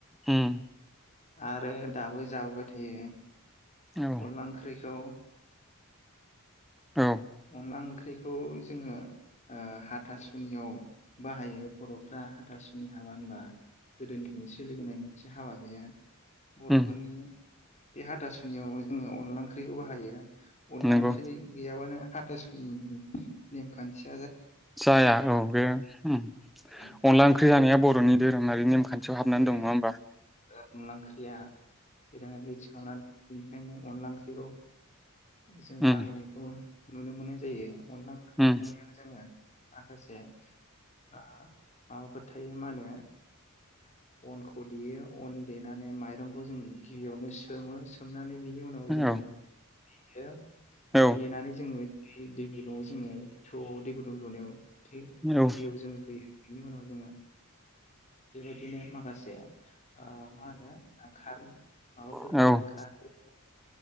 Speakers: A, in the centre; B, on the left.
A: उम
B: आरो दाबो जाबोबाय थायो
A: औ
B: अनला ओंख्रिखौ।
A: औ
B: अनला ओंख्रिख खौ जोङो ओ हाथासुनियाव बाहायो बर'फ्रा हाथासुनि हाबा होनबा गोदोनिफ्रायनो सोलिबोनाय मोनसे हाबा बियो। बर'फोरनि
A: उम
B: बे हाथा सुनियाव जोङो अनला ओंख्रिखौ बाहायो। अनला
A: नंगौ
B: ओंख्रि गैयाबानो हाथासुनि नेमखान्थि।
A: जाया औ बे उम ।
B: जोङो
A: अनला ओंख्रि जानाया बर'नि धोरोमारि । नेमखान थि हाबनानै
B: ए
A: दं नङा होमबा ।
B: अनला ओंख्रिया । बेराद मिथि खावना बेनिखायनो अनला ओंख्रिखौ जों
A: उम
B: बाहायनायखौ नुनो मोननाय जायो अनला ओंख्रि
A: उम
B: संनायाव जोङो माखासे <unintelligible> माबाफोर थायो मा होनो ओ अनखौ देयो अन देनानै माइरंखौ जों गिबियावनो सोमो सोमनानै बिनि उनाव
A: उम
B: जोङो
A: औ
B: देयी
A: औ
B: देनानै जोङो दै दैगुदुंआव जोङो थौ'आव दै गुदुं रुनायाव थै
A: औ
B: दैयाव जोङो होयो बेनि उनाव जोङो बेबायदिनो मा खासे ओ मा होनो खार माबाफोर
A: औ
B: होयो खारैफोर